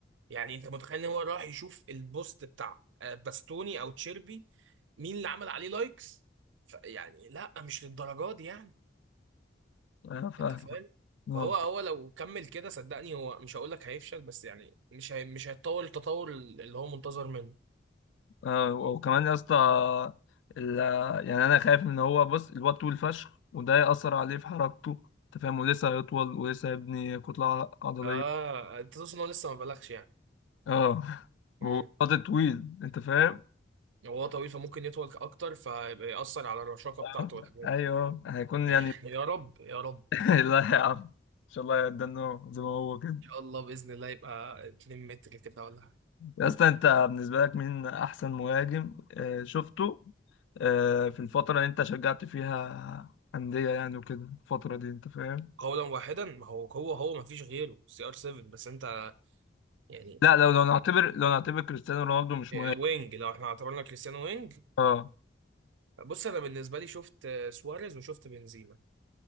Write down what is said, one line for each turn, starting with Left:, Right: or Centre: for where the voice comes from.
Right: يعني انت متخيل ان هو راح يشوف البوست بتاع آه، باستوني او تشيربي مين اللي عمل عليه لايكس ف- يعني لا مش للدرجه دي يعني
Left: آه، فاهم
Right: انت فاهم
Left: آه،
Right: فهو هو لو كمل كده صدقني هو مش هقول لك هيفشل بس يعني مش هي مش هيتطور التطور اللي هو منتظر منه
Left: آه، وكمان يا اسطى ال- يعني انا خايف ان هو بص الواد طول فشخ وده يأثر عليه في حركته انت فاهم ولسه هيطول ولسه هيبني كتلة عضلية
Right: اه انت تقصد ان هو لسه ما بلغش يعني
Left: اه وقد
Right: امم
Left: طويل انت فاهم
Right: هو طويل فممكن يطول اكتر فيبقى يأثر على الرشاقه
Left: آه.
Right: بتاعته والحاجات
Left: ايوه
Right: دي
Left: هيكون يعني
Right: <laughs> يا رب يا رب ان
Left: <laughs> لا يا عم ان شاء الله يدنا زي ما هو كده
Right: شاء الله باذن الله يبقى 2 متر كده ولا حاجه
Left: يا اسطى انت بالنسبة لك مين احسن مهاجم آه، شفته آه، في الفترة اللي انت شجعت فيها أندية يعني وكده الفترة دي انت فاهم
Right: قولا واحدا ما هو هو هو ما فيش غيره سي ار 7 بس انت يعني
Left: لا لو لو نعتبر لو نعتبر كريستيانو رونالدو مش
Right: آه،
Left: مهم
Right: وينج لو احنا اعتبرنا كريستيانو وينج
Left: اه
Right: بص انا بالنسبه لي شفت آه، سواريز وشفت بنزيما